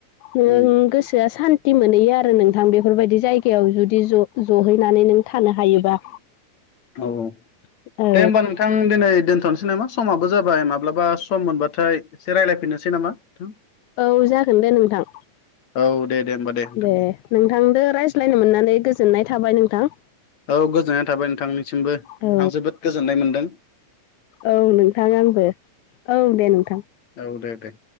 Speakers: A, on the left; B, on the left.
A: नों
B: उम
A: गोसोआ सान थि मोनहैयो आरो नोंथां बेफोरबायदि जायगायाव जुदि जहैनानै नों थानो हायोबा।
B: औ
A: औ
B: दे होमबा नोंथां दिनै दोनथ'नोसै नामा समाबो जाबाय माब्लाबा सम मोनबाथाय एसे रायलायफिननोसै नामा नोंथां।
A: औ जागोन दे नोंथां।
B: औ दे दे होमबा दे।
A: दे नोंथांजों रायज्लायनो मोननानै गोजोननाय थाबाय नोंथां।
B: औ गोजोननाय थाबाय नोंथांनिसिमबो
A: औ
B: आं जोबोद गोजोननाय मोन्दों।
A: औ नोंथां आंबो औ दे नोंथां।
B: औ दे दे।